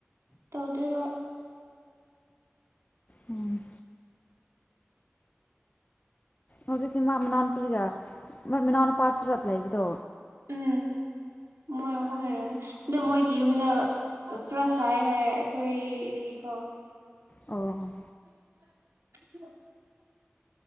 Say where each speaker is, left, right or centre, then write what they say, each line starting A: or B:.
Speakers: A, on the right (about 80°); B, on the left (about 35°).
A: ꯇꯧꯗꯔꯤ ꯍꯣꯏ
B: ꯎꯝ ꯍꯧꯖꯤꯛꯇꯤ ꯃꯥ ꯃꯅꯥꯎꯅꯨꯄꯤꯒ ꯃ ꯃꯅꯥꯎ ꯅꯨꯄꯥ ꯁꯨꯔ ꯂꯩꯕꯗꯣ
A: ꯎꯝ ꯃꯣꯏ ꯑꯍꯨꯝ ꯂꯩꯔꯅꯤ ꯑꯗꯣ ꯃꯣꯏꯒꯤ ꯌꯨꯝꯗ ꯈꯔ ꯁꯥꯏ ꯍꯥꯏꯌꯦ ꯑꯩꯈꯣꯏꯗꯒꯤꯀꯣ
B: ꯑꯣ
A: <unintelligible>